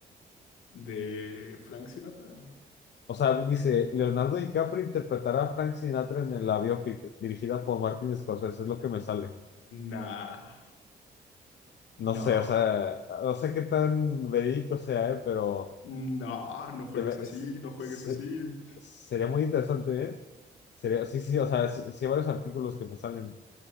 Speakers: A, on the left; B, on the left.
A: ¿De Frank Sinatra?
B: O sea, dice Leonardo DiCaprio interpretará a Frank Sinatra en la biopic dirigida por Martin Scorsese, es lo que me sale.
A: Nah, no,
B: No sé, o sea, no sé qué tan verídico sea, eh, pero
A: no, no juegues
B: debe-
A: así,
B: es-
A: no juegues
B: se-
A: así.
B: sería muy interesante, ¿eh? Sería, sí, sí, o sea, sí, sí hay varios artículos que me salen,